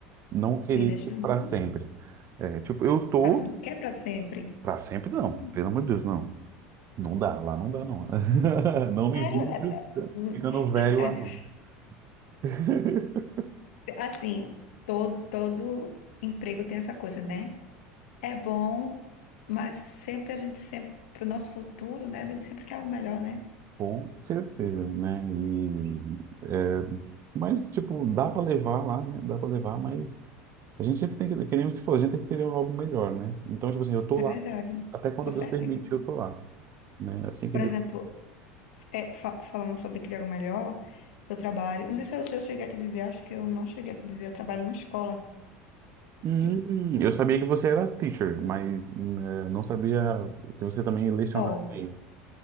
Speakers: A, on the right; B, on the left.
A: não querer
B: E deixando
A: para
B: assim?
A: sempre. É, tipo, eu tô
B: Ah, tu não quer pra sempre.
A: Pra sempre não,
B: Hum.
A: pelo amor de Deus, não. Não dá, lá não dá, não. <laughs> Não
B: Sério?
A: me vejo
B: É- é- hum,
A: ficando velho
B: as- a-
A: lá, não.
B: <laughs>
A: <laughs>
B: Assim, todo, todo emprego tem essa coisa, né? É bom, mas sempre a gente sempre, para o nosso futuro, né? A gente sempre quer o melhor, né?
A: Com certeza, né? E, é, mas, tipo, dá para levar lá, né? Dá para levar, mas a gente sempre tem que, que nem você falou, a gente tem que querer algo melhor, né? Então, tipo assim, eu tô
B: É
A: lá
B: verdade.
A: até quando
B: Tá certíssimo.
A: Deus permite, eu tô lá, né? Assim que
B: Por
A: Deus...
B: exemplo, é, fa- falando sobre criar o melhor, eu trabalho. Não sei se eu, se eu cheguei a te dizer, acho que eu não cheguei a te dizer, eu trabalho numa escola
A: Hum,
B: aqui.
A: eu sabia que você era teacher, mas né, não sabia que você também lecionava
B: Ó, o
A: bem.